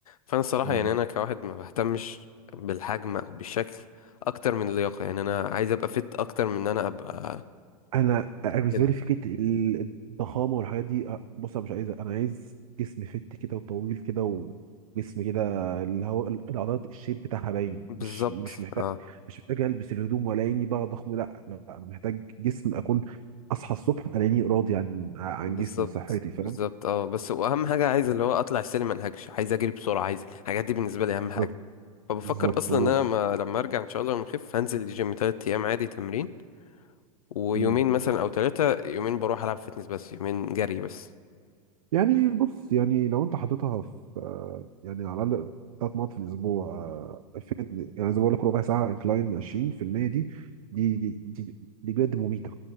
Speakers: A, on the left (about 70°); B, on the right (about 70°).
A: فانا الصراحة
B: آه.
A: يعني انا كواحد ما بهتمش بالحجم او بالشكل اكتر من اللياقة يعني انا عايز ابقى فت اكتر من ان انا ابقى
B: انا أنا بالنسبه
A: كده
B: لي فكره ال- الضخامه والحاجات دي أه، بص انا مش عايز انا عايز جسم فت كده وطويل كده وجسم كده اللي هو ال- العضلات الشيب بتاعها باين
A: بالظبط
B: مش مش محتاج
A: اه
B: مش محتاج البس الهدوم ولا اني بقى ضخم لا لا انا محتاج جسم اكون اصحى الصبح الاقيني راضي عن عن
A: بالظبط
B: جسمي صحتي فاهم
A: بالظبط اه بس واهم حاجة عايز اللي هو اطلع السلم ما انهكش عايز اجري بسرعة عايز الحاجات دي بالنسبة لي اهم حاجة
B: بالظبط
A: فبفكر
B: بالظبط
A: اصلا
B: هو
A: ان انا ما لما ارجع ان شاء الله لما اخف هنزل الجيم تلات ايام عادي تمرين ويومين
B: مم.
A: مثلا او ثلاثة يومين بروح العب فيتنس بس يومين جري بس
B: يعني بص يعني لو انت حاططها في آه، يعني على الاقل ثلاث مرات في الاسبوع آه، فيت- يعني زي ما بقول لك ربع ساعه انكلاين 20% دي دي دي دي, دي بجد مميته